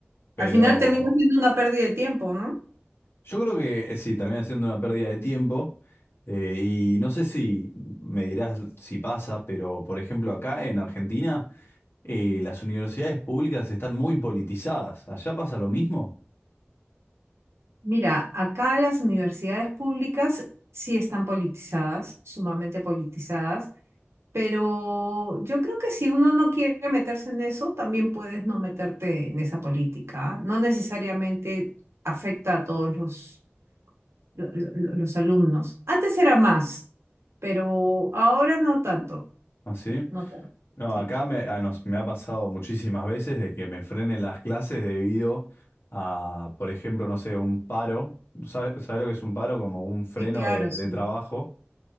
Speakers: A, on the left; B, on the right.
A: pero...
B: al final termina siendo una pérdida de tiempo, ¿no?
A: Yo creo que eh, sí, termina siendo una pérdida de tiempo. eh, y no sé si me dirás si pasa, pero por ejemplo acá en Argentina eh, las universidades públicas están muy politizadas. ¿Allá pasa lo mismo?
B: Mira, acá las universidades públicas sí están politizadas, sumamente politizadas. Pero yo creo que si uno no quiere meterse en eso, también puedes no meterte en esa política. ¿ah? No necesariamente afecta a todos los, lo- lo- los alumnos. Antes era más, pero ahora no tanto.
A: ¿Así?
B: No tanto.
A: No,
B: Sí,
A: acá me, a nos- me ha pasado muchísimas veces de que me frenen las clases debido a, por ejemplo, no sé, un paro. ¿Sabes lo que es un paro? Como un freno
B: sí, claro,
A: de, de
B: sí.
A: trabajo.